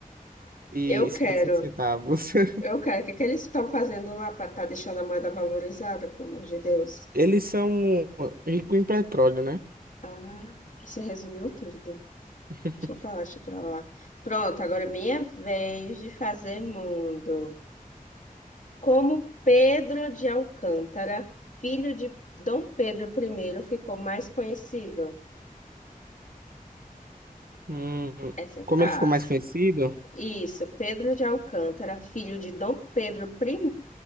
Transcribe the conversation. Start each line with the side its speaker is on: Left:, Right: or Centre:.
Right: e
Left: Eu quero,
Right: 56 centavos. <laughs>
Left: eu quero. O que que eles estão fazendo lá para estar deixando a moeda valorizada, pelo amor de Deus?
Right: Eles são ricos em petróleo, né?
Left: Ah, você resumiu tudo.
Right: <laughs>
Left: Deixa pra lá, deixa pra lá. Pronto, agora é minha vez de fazer mundo. Como Pedro de Alcântara, filho de Dom Pedro I, ficou mais conhecido?
Right: Hum,
Left: Essa é fácil.
Right: como ele ficou mais conhecido?
Left: Isso, Pedro de Alcântara, filho de Dom Pedro I,